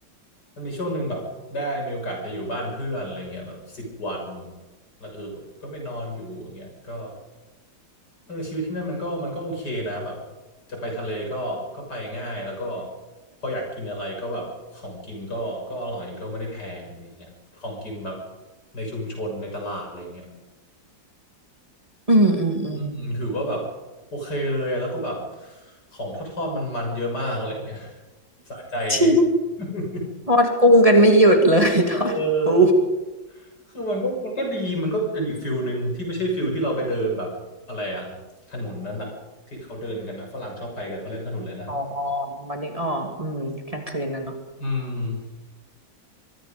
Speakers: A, on the left; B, on the right.
A: มันมีช่วงหนึ่งแบบได้มีโอกาสไปอยู่บ้านเพื่อนอะไรเงี้ยแบบสิบวันแล้วคือแบบก็ไปนอนอยู่อย่างเงี้ยก็เออชีวิตที่นั่นมันก็มันก็โอเคนะแบบจะไปทะเลก็ก็ไปง่ายแล้วก็พออยากกินอะไรก็แบบของกินก็ก็อร่อยก็ไม่ได้แพงอะไรเงี้ยของกินแบบในชุมชนในตลาดอะไรเงี้ย
B: อืมอืมอืม
A: อืมถือว่าแบบโอเคเลยแล้วก็แบบของทอดๆมันๆเยอะมากอะไรเงี้ยสะใจดี
B: จริง
A: <laughs>
B: ทอดกุ้งกันไม่หยุดเลย <laughs> ทอดปู
A: เออคือมันก็มันก็ดี มันก็เป็นอีกฟิลหนึ่งที่ไม่ใช่ฟิลที่เราไปเดินแบบอะไรอะถนนนั้นอะที่เขาเดินกันนะฝรั่งชอบไปกันเขาเรียกถนนเลยนะ
B: อ๋อนึกออกอืมกลางคืนนะเนาะ
A: อืม